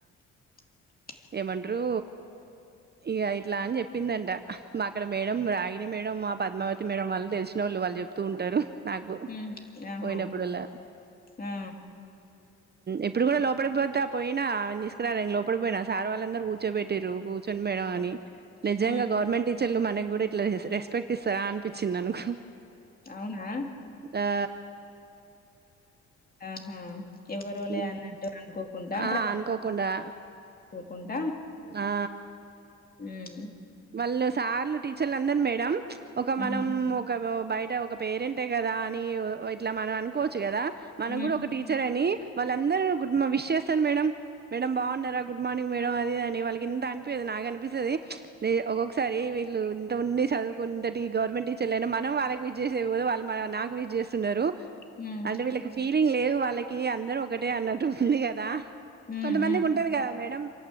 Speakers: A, on the left (about 30°); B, on the right (about 35°).
A: <inaudible>
B: ఏమంటరు ఇక ఇట్లా అని చెప్పిందంట మా అక్కడ మేడం రాగిని మేడం మా పద్మావతి మేడం వాళ్ళు తెలిసినోళ్ళు వాళ్ళు చెప్తూ ఉంటారు నాకు
A: హ్మ్ ఆహా
B: పోయినప్పుడల్లా
A: ఆ
B: ఎప్పుడు కూడా లోపడిపోత పోయినా ఆ తీసుకురా లోపడిపోయినా సార్ వాళ్ళందరు కూర్చోబెట్టారు కూర్చోండి మేడం అని నిజంగా
A: హ్మ్
B: గవర్నమెంట్ టీచర్లు మనకి కూడా ఇట్లా రెస్పెక్ట్ ఇస్తారా అనిపించింది మనకు
A: అవునా
B: ఆ
A: ఆహా ఎవరో
B: హ్మ్.
A: లే అన్నట్టు అనుకోకుండా
B: ఆ అనుకోకుండా
A: కొంట
B: ఆ
A: ఉం
B: వాళ్ళు సార్లు టీచర్లు అందరు మేడం ఒక
A: హ్మ్
B: మనం ఒక బయట ఒక పేరెంట్ ఏ కదా అని ఇట్లా మనం అనుకోవచ్చు కదా మనం
A: హ్మ్
B: కూడా ఒక టీచర్ అని వాళ్ళందరూ విష్ చేస్తాను మేడం మేడం బాగున్నారా గుడ్ మార్నింగ్ మేడం అది అని వాళ్ళకి ఇంత అనిపియది నాకు అనిపిస్తది. ఒక్కొక్కసారి వీళ్ళుంత ఉంన్ని చదువుకున్నంతటి గవర్నమెంట్ టీచర్లు అయినా మనం వాళ్ళకి విచ్చ చేసే పోతే వాళ్ళ మన నాకు విజ్ చేస్తున్నారు.
A: హ్మ్
B: అంటే వీళ్ళకి ఫీలింగ్ లేవు వాళ్ళకి అందరు ఒకటే అన్నట్టు ఉంది కదా
A: హ్మ్
B: కొంతమందికి
A: హ్మ్
B: ఉంటది కదా మేడం